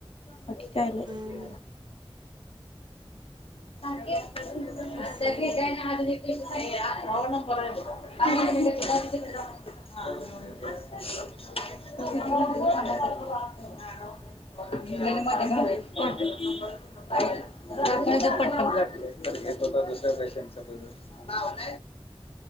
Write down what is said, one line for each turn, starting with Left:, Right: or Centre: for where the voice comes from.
Left: बाकी काय नाही.
Right: हा हा
Left: <unintelligible>
Right: असं होय.
Left: <unintelligible> स <unintelligible> <unintelligible> येत होता दुसऱ्या पेशंटचा त